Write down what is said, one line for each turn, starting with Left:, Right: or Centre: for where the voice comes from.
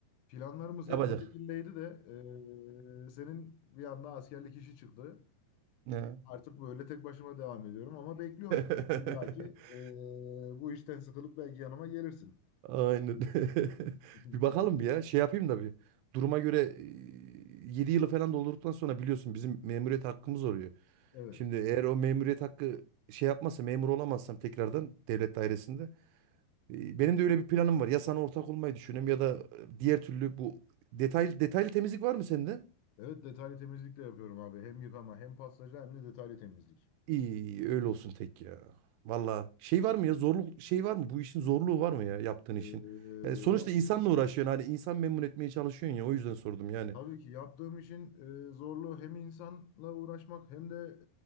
Left: Planlarımız
Right: Yapacak.
Left: hep bu şekildeydi de eee, senin bir anda askerlik işi çıktı.
Right: <laughs> Ne?
Left: Artık böyle tek başıma devam ediyorum ama bekliyorum seni.
Right: <laughs>
Left: İlla ki eee, bu işten sıkılıp belki yanıma gelirsin.
Right: Aynen. <laughs>
Left: <laughs>
Right: Bir bakalım bir ya. Şey yapayım da bir. Duruma göre e, 7 yılı falan doldurduktan sonra biliyorsun bizim memuriyet hakkımız oluyor.
Left: Evet.
Right: Şimdi eğer o memuriyet hakkı şey yapmazsa memur olamazsam tekrardan devlet dairesinde. e, Benim de öyle bir planım var. Ya sana ortak olmayı düşünüyorum ya da e, diğer türlü bu detaylı detaylı temizlik var mı sende?
Left: Evet detaylı temizlik de yapıyorum abi. Hem yıkama hem pastacı hem de detaylı temizlik.
Right: İyi öyle olsun tek ya. Valla şey var mı ya zorluk şey var mı? Bu işin zorluğu var mı ya yaptığın işin?
Left: Eee,
Right: Yani sonuçta
Left: yaptım.
Right: insanla uğraşıyorsun hani insan memnun etmeye çalışıyorsun ya o yüzden sordum yani.
Left: Tabii ki yaptığım işin e, zorluğu hem insanla uğraşmak hem de